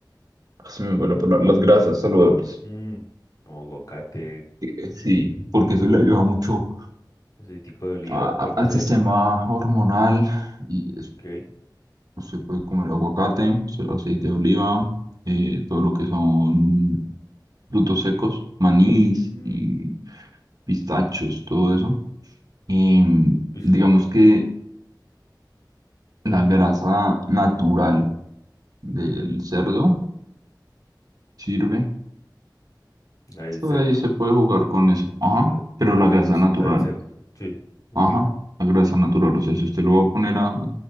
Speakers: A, on the right; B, on the left.
A: se me fue la palabra, las grasas saludables.
B: Mm, Como aguacate,
A: Eh, Sí, porque eso le ayuda mucho
B: aceitico de oliva
A: a-
B: o cuál
A: a-
B: más
A: al
B: hay.
A: sistema hormonal y es-
B: Ok.
A: usted puede comer aguacate, su- aceite de oliva, eh, todo lo que son frutos secos, manís
B: Mm,
A: y pistachos, todo eso. Em,
B: Eso
A: digamos
B: es muy rico.
A: que la grasa natural del cerdo sirve.
B: El cerdo.
A: Ahí se puede jugar con eso. Ajá,
B: eh,
A: pero
B: de la
A: la
B: carnecita
A: grasa natural.
B: del cerdo. Sí. Uy,
A: Ajá, la grasa natural. O sea, si usted lo va a poner a,